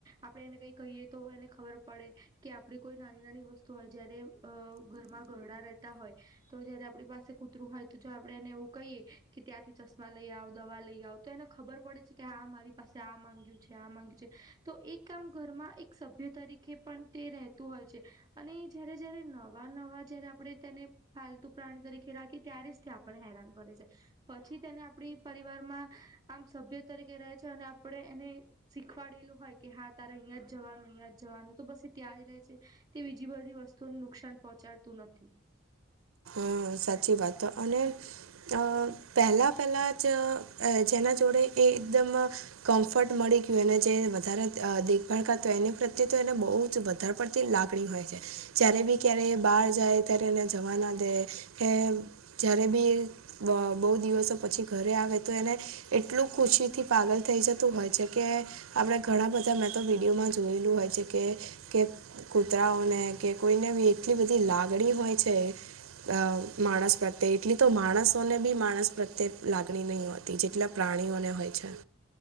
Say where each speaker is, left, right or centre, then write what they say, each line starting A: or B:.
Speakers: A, on the right; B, on the right.
A: આપણે એને કઈ કહીએ તો એને ખબર પડે. કે આપણી કોઈ નાની-નાની વસ્તુ હોય જયારે અ ઘરમાં ઘરડાં રહેતા હોય તો જયારે આપણી પાસે કૂતરું હોય તો જો આપણે એને એવું કહીએ કે ત્યાંથી ચશ્મા લઈ આવ, દવા લઈ આવ. તો એને ખબર પડે છે કે હા મારી પાસે આ માંગ્યું છે આ માંગ્યું છે તો એ કામ ઘરમાં એક સભ્ય તરીકે પણ તે રહેતું હોય છે. અને જ્યારે જયારે નવાં-નવાં જ્યારે આપણે તેને પાલતુ પ્રાણી તરીકે રાખીએ ત્યારે જ તે આપણને હેરાન કરે છે. પછી તેને આપણી પરિવારમાં આમ સભ્ય તરીકે રહે છે અને આપણે એને શીખવાડેલું હોય કે હા તારે અહિયાં જ જવાનું અહીંયાં જવાનું તો બસ એ ત્યાં જ રહે છે તે બીજી બધી વસ્તુઓને નુકસાન પહોંચાડતું નથી.
B: હ સાચી વાત તો અને અ પહેલાં પહેલાં જ અ અહે છે એના જોડે એ એકદમ કમ્ફર્ટ મળી ગયું એને જે વધારે અ દેખભાળ કરતું હોય એને પ્રત્યે તો એને બહુ જ વ ધાર પડતી લાગણી હોય છે જ્યારે બી ક્યારે એ બહાર જાય ત્યારે એને જવા ના દે. એમ જ્યારે બી બ બહુ દિવસો પછી ઘરે આવે તો એને એટલું ખુશીથી પાગલ થઈ જતું હોય છે કે અમણે ઘણા બધા મેં તો વિડીયોમાં જોયેલું હોય છે કે કૂતરાઓને કે કોઈને બી એટલી બધી લાગણી હોય છે. અ માણસ પ્રત્યે એટલી તો માણસોને બી માણસ પ્રત્યે લાગણી નઈ હોય. જેટલા પ્રાણીઓને હોય છે.